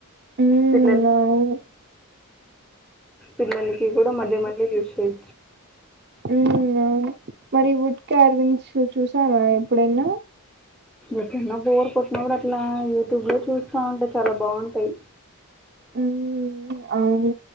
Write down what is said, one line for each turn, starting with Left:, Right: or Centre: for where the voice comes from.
Right: మ్మ్
Centre: పిల్లలు
Right: అవును
Centre: పిల్లలకి గూ డా మళ్ళీ మళ్ళీ యూజ చేయ
Right: వు మరి వుడ్ కార్వింగ్స్ చూసావా ఎప్పుడైన
Centre: ఎకన్నా బోర్ కొట్టినప్పుడు అట్లా యూట్యూబ్ లో చూస్తా ఉంటా చాలా బాగుంటాయి
Right: హ్మ్. అవును